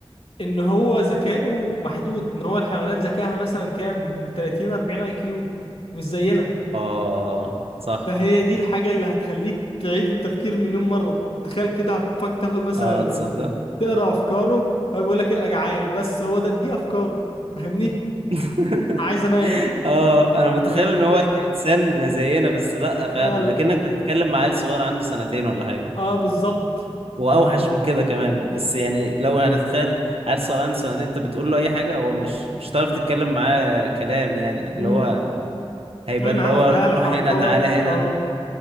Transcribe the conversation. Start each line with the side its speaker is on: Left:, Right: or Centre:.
Left: ان هو ذكائه محدود ان هو الحيوانات ذكائها مثلا كام 30 40 اي كيو مش زينا
Right: اه صح
Left: فهي دي الحاجة اللي هتخليك تعيد التفكير مليون مرة تخيل كده هتفكر تاخد مثلا
Right: اه تصدق
Left: يعني تقرا أفكاره هو بيقول لك إيه أنا جعان بس هو ده دي أفكاره فاهمني
Right: <laughs>
Left: عايز أنام
Right: اه انا متخيل
Left: ما
Right: ان هو يبقى انسان زينا بس لا فعلا
Left: آه ال-
Right: اكنك بتتكلم مع عيل صغير عنده سنتين ولا حاجه
Left: آه بالظبط
Right: واوحش
Left: فاهمني
Right: من كده كمان بس يعني لو هنتخيل عيل صغير عنده سنتين انت بتقول له اي حاجه هو مش مش هتعرف تتكلم معاه كلام يعني اللي
Left: امم
Right: هو هيبقى
Left: تعمل
Right: اللي
Left: معاه
Right: هو
Left: أفعال
Right: روح
Left: حركات
Right: هنا تعالى هنا
Left: آه